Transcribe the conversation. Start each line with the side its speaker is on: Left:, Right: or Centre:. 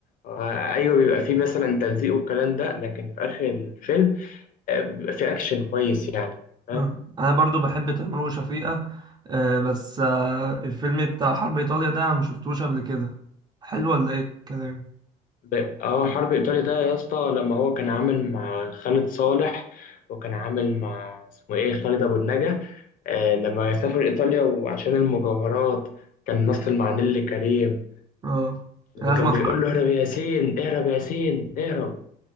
Left: آه، ايوه بيبقى فيه مثلا تلزيق والكلام ده لكن في اخر الفيلم آه، بيبقى فيه اكشن كويس يعني فاهم؟
Right: مم. انا برضو بحب تامر وشفيقة آه بس آه الفيلم بتاع حرب ايطاليا ده أنا مشفتوش قبل كده حلو ولا ايه الكلام
Left: ب- اه حرب ايطاليا ده يا اسطى لما هو كان عامل مع خالد صالح وكان عامل مع اسمه ايه خالد ابو النجا آه لما سافر ايطاليا وعشان المجوهرات كان مثل مع نيللي كريم
Right: اه
Left: لما
Right: لازم
Left: كان
Right: اتفرج
Left: بيقول له اهرب يا ياسين اهرب يا ياسين اهرب